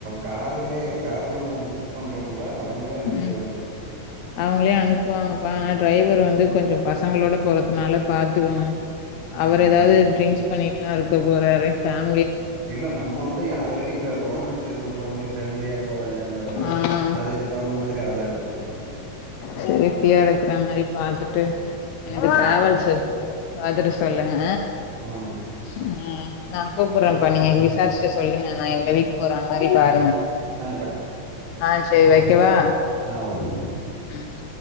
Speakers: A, on the right; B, on the left.
A: காருலே காரு நம்ம புக் பண்றோம்ல அவங் அவங்களே அனுப்பிடுவாங்க
B: ம் அவங்களே அனுப்புவாங்கப்பா ஆனா டிரைவர் வந்து கொஞ்சம் பசங்களோட போறதுனால பாத்துக்கோங்க அவர்
A: ம்
B: ஏதாவது ட்ரிங்க்ஸ் ண்ணிட்டுலா இருக்க போறாரு பேம்பன்
A: இல்ல நம்ம வந்து ஆல்ரெடி இங்க ஓனர்கிட்ட பன்றோமுல்ல பேமிலியா போறாங்கன்றது
B: ஆ
A: அதுக்கு தகுந்த மாதிரி ஆள அனுப்பிருவாங்க
B: சேப்டியா இருக்கற மாதிரி பாத்துட்டு எனக்கு
A: ம்
B: டிராவல்ஸ் பாத்துட்டு சொல்லுங்க
A: ம் ம்
B: உஹ் உம் நான் கூப்புடுறேப்பா நீங்க விசாரிச்சுட்டு சொல்லுங்க நான் இந்த வீக் போறா மாரி பாருங்க
A: ஆ
B: ஆஹ் செரி வைக்கவா
A: ஆஹ் ஓக்கே
B: ச்சி